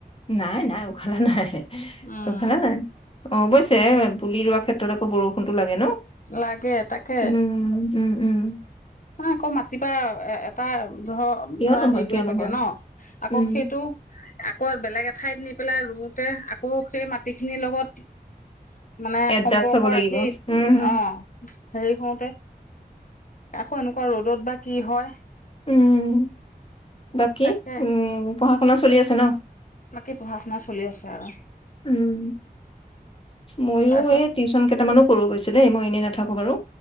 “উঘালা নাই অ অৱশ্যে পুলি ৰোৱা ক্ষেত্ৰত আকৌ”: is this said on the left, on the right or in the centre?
Left